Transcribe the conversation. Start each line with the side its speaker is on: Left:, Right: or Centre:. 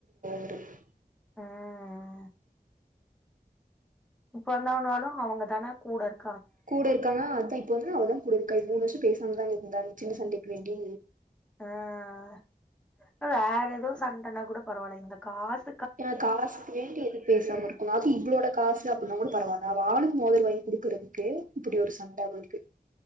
Right: <unintelligible>
Centre: ம் இப்ப வந்தானாலும் அவங்கதான கூட இருக்.
Right: கூட இருக்காங்க அதா இப். ப்ப அவ தா கூட இருக்கா மூணு வருஷோ பேசாமதா இருந்தாங்க சின்ன சண்டைக்கு வேண்டி.
Centre: உஹம் வேற ஏதோ சண்டைன்னா கூட பரவால்ல இந்த காசு.
Right: ஏன்னா காசுக்கு வேண்டி எது பேசாம இருக்கணு அது இவ்ளோட காசு. அப்டின்னா கூட பரவால்லா அவ ஆளுக்கு மோதுரோ வாங்கி குடுக்குறதுக்கு இப்படி ஒரு சண்ட அவளுக்கு.